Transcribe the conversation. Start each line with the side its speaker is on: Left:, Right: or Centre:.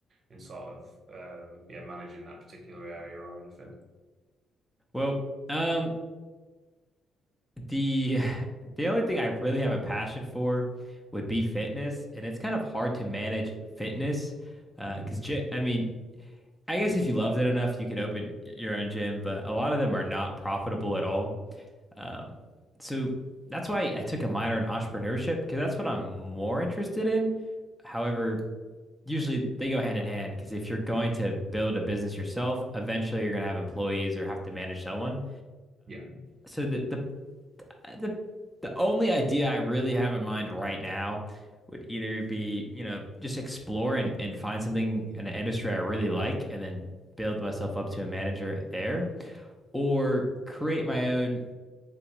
Right: in sort of um yeah managing that particular area or anything.
Centre: Well, um, the <laughs> the only thing I really have a passion for would be fitness, and it's kind of hard to manage fitness because
Right: Mm.
Centre: I mean I guess if you loved it enough, you could open your own gym, but a lot of them are not profitable at all. Um, so that's why I took a minor in entrepreneurship because that's what I'm more interested in. However, usually they go hand in hand because if you're going to build a business yourself, eventually you're going to have employees or have to manage someone.
Right: Yeah.
Centre: So the, the the the only idea I really have in mind right now would either be, you know, just explore and, and find something in an industry I really like and then build myself up to a manager there, or create my own